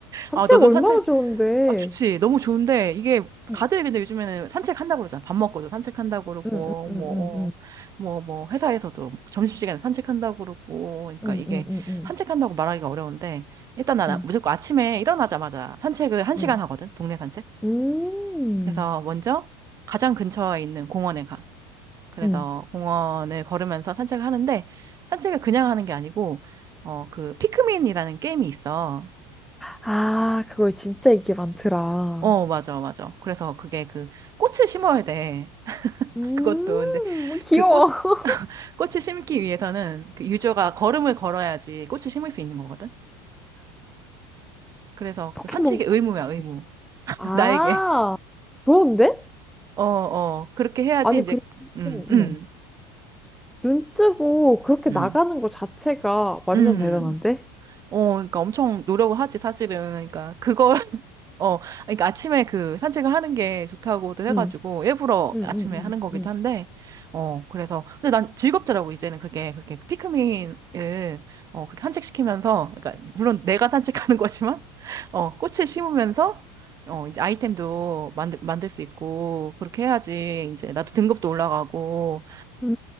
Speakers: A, in the centre; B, on the right (about 30°).
A: 산책
B: 아, 너도
A: 얼마나
B: 산책
A: 좋은데.
B: 아, 좋지. 너무 좋은데, 이게,
A: 음.
B: 다들 근데 요즘에는 산책한다고 그러잖아. 밥 먹고도 산책한다고 그러고,
A: 응, 응,
B: 뭐,
A: 응, 응,
B: 뭐, 뭐, 회사에서도 점심시간에 산책한다고 그러고, 그러니까
A: 응,
B: 이게
A: 응, 응, 응,
B: 산책한다고 말하기가 어려운데, 일단 나는
A: 응,
B: 무조건 아침에 일어나자마자 산책을 한
A: 응,
B: 시간
A: 응.
B: 하거든. 동네 산책.
A: 음,
B: 그래서 먼저 가장 근처에 있는 공원에 가. 그래서
A: 응.
B: 공원을 걸으면서 산책을 하는데, 산책을 그냥 하는 게 아니고, 어, 그, 피크민이라는 게임이 있어.
A: 아, 그거 진짜 이게 많더라.
B: 어, 맞아, 맞아. 그래서 그게 그, 꽃을 심어야 돼.
A: 음,
B: 그것도 근데
A: 귀여워.
B: 그 꽃,
A: <laughs>
B: 꽃을 심기 위해서는 그 유저가 걸음을 걸어야지 꽃을 심을 수 있는 거거든. 그래서
A: 포켓몬고
B: 그 산책이
A: 같은
B: 의무야,
A: 거네.
B: 의무. <laughs>
A: 아,
B: 나에게.
A: 좋은데?
B: 어, 어. 그렇게 해야지
A: 아니,
B: 이제
A: 그리고,
B: 음,
A: 응,
B: 음.
A: 응. 눈 뜨고 그렇게
B: 음.
A: 나가는 것 자체가 완전
B: 음.
A: 대단한데?
B: 어, 그러니까 엄청 노력을 하지 사실은. 그러니까 그걸 어, 그러니까 아침에 그 산책을 하는 게 좋다고도 해가지고
A: 응,
B: 일부러
A: 응,
B: 아침에
A: 응,
B: 하는 거기도
A: 응,
B: 한데, 어, 그래서 근데 난 즐겁더라고 이제는 그게 그렇게 피크민을 어 그렇게 산책시키면서, 그러니까 물론 내가 산책하는 <laughs> 거지만, 어 꽃을 심으면서 어 이제 아이템도 만들 만들 수 있고 그렇게 해야지 이제 나도 등급도 올라가고
A: 응.